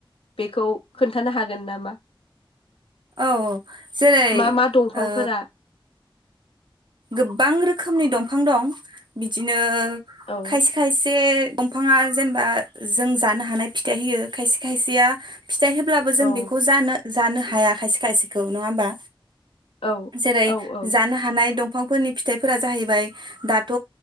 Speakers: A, on the left; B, on the right.
A: बेखौ खोन्थानो हागोन नामा?
B: औ औ जेरै
A: मा मा दंफांफोरा
B: ओ गोबां रोखोमनि दंफां दं। बिदिनो
A: औ
B: खायसे खायसे दंफाङा जेनेबा जों जानो हानाय फिथाइ होयो खायसे खायसेया फिथाइ होब्लाबो
A: औ
B: जों बेखौ जानो जानो हाया खायसे खायसेखौ नङा होमबा
A: औ
B: जेरै
A: औ औ
B: जानो हानाय दं दफांफोरनि फिथाइफोरा जाहैबाय दाथ